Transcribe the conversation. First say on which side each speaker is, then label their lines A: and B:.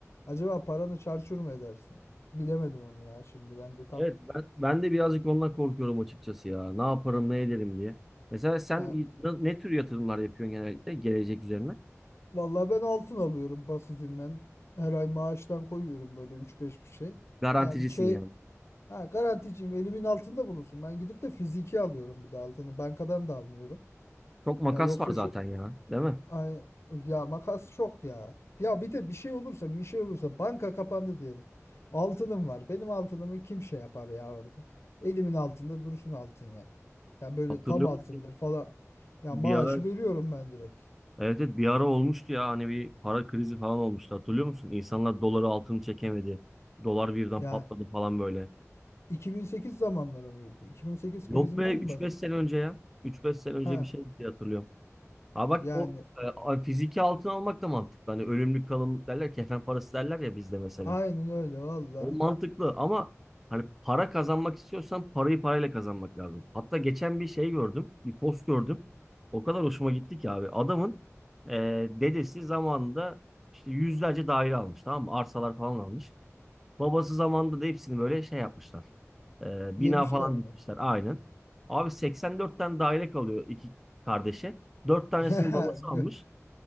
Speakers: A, on the left; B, in the centre.
A: acaba paranı çarçur mu edersin? Bilemedim onu ya şimdi ben de tam
B: Evet ben, ben de birazcık ondan korkuyorum açıkçası ya. Ne yaparım ne ederim diye. Mesela sen
A: ya
B: ne, ne tür yatırımlar yapıyorsun genellikle gelecek üzerine?
A: vallahi ben altın alıyorum basitinden. Her ay maaştan koyuyorum böyle üç beş bir şey.
B: Garanticisin
A: Ya bir şey
B: yani.
A: Ha, garanticiyim elimin altında bulunsun. Ben gidip de fiziki alıyorum bir de altını. Bankadan da almıyorum.
B: Çok makas
A: Ya yoksa
B: var zaten
A: şu
B: ya, değil mi?
A: ay, ya makas çok ya. Ya bir de bir şey olursa bir şey olursa banka kapandı diyelim. Altınım var. Benim altınımı kim şey yapar ya orada. Elimin altında dursun altın ya. Ya böyle
B: Hatırlıyor
A: tam altındır
B: musun?
A: falan. Ya
B: Bir
A: maaşı
B: ara
A: veriyorum ben direkt.
B: evet, evet bir ara olmuştu ya hani bir para krizi falan olmuştu hatırlıyor musun? İnsanlar doları altını çekemedi. Dolar birden
A: Ya
B: patladı falan böyle.
A: 2008 zamanları mıydı? 2008
B: Yok
A: krizinden
B: be üç
A: mi bas?
B: beş sene önce ya. üç beş sene önce
A: Ha
B: bir şey diye hatırlıyorum. Ha bak
A: yani
B: o e, a- fiziki altın almak da mantıklı. Hani ölümlük kalımlık derler, kefen parası derler ya bizde mesela.
A: aynen öyle valla.
B: O mantıklı ama hani para kazanmak istiyorsan parayı parayla kazanmak lazım. Hatta geçen bir şey gördüm, bir post gördüm. O kadar hoşuma gitti ki abi. Adamın e, dedesi zamanında işte yüzlerce daire almış tamam mı? Arsalar falan almış. Babası zamanında da hepsini böyle şey yapmışlar. Ee,
A: Yemişler
B: bina falan
A: mi?
B: dikmişler aynen. Abi 84 tane daire kalıyor iki kardeşe. dört tanesinin
A: <laughs>
B: babası almış.
A: Gö-